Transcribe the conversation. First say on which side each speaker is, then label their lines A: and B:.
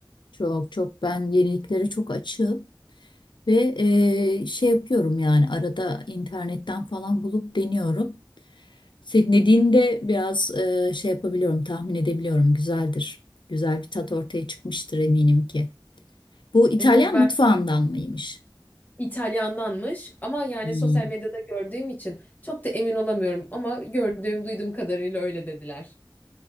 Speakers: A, on the left; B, on the left.
A: Çok çok ben yeniliklere çok açığım ve eee, şey yapıyorum yani arada internetten falan bulup deniyorum. Senin dediğinde biraz eee, şey yapabiliyorum tahmin edebiliyorum güzeldir. Güzel bir tat ortaya çıkmıştır eminim ki. Bu İtalyan
B: Evet ben
A: mutfağından mıymış?
B: İtalyandanmış ama yani
A: Hmm.
B: sosyal medyada gördüğüm için çok da emin olamıyorum ama gördüğüm duyduğum kadarıyla öyle dediler.